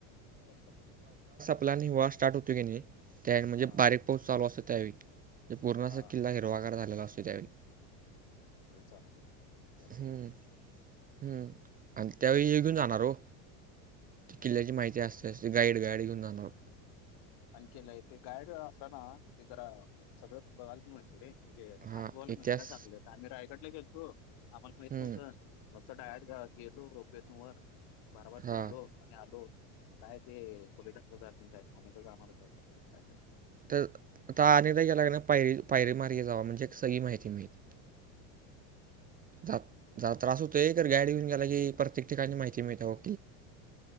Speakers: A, on the left; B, on the right.
A: नेक्स्ट
B: आपल्या हिवाळा स्टार्ट होत की नाही त्या म्हणजे
A: हां.
B: बारीक पाऊस चालू असतो त्यावेळी ज पूर्णाचा
A: हा हा
B: किल्ला हिरवागार झालेला असतो त्यावेळी
A: चलते यामार
B: हम्म
A: सरक
B: हम्म आणि त्यावेळी ये घेऊन जाणार हो ती किल्ल्याची माहिती असते असते गाईड गाईड घेऊन जालो
A: आणि केला ते गाईड असताना ते जरा सगळं बघाल मियच रे म्हणजे <unintelligible>
B: हां
A: अनुभवाला
B: इतिहास
A: माहिती ना, चांगले हो आम्ही रायगडला गेलो आम्हाला माहित
B: हम्म.
A: नव्हतं. तु डायर गेलो रोपेतन वर बारबार
B: हां
A: फिरलो आणि आलो. काय ते बघच जाच आणि अनेक <unintelligible> आमणारच आहेय
B: तर तनेदा <unintelligible> याला पायरी पायरी मारर्गे जावा म्हणजे एक सगळी माहिती मिळते. त्रा त्रास होतोय तर गाडी घेऊन गेला की प्रत्येक ठिकाणी माहिती मिळते बो